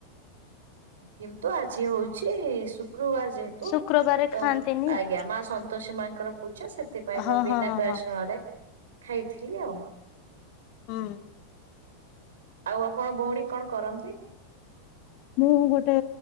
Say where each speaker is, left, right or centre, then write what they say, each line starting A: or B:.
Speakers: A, on the right; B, on the left.
A: କିନ୍ତୁ ଆଜି ହଉଛି ଶୁ କ୍ରୁବାର ଯେହେତୁ
B: ଶୁକ୍ରବାରେ
A: ତ
B: ଖାଆନ୍ତିନି
A: ଆଜ୍ଞା
B: ଆଉ।
A: ମା ସ ସତୋଷୀ ମାଙ୍କର ପୂଜା ସେଥିପାଇଁ
B: ହଁ
A: ମୁଁ
B: ହଁ
A: ବିନା
B: ହଁ
A: ପିଆସୁଣରେ
B: ହଁ।
A: ଖାଇଥିଲି ଆଉ।
B: ହୁଁ।
A: ଆଉ ଆପଣ ଭଉଣୀ କଣ କରନ୍ତି?
B: ମୁଁ ଗୋଟେ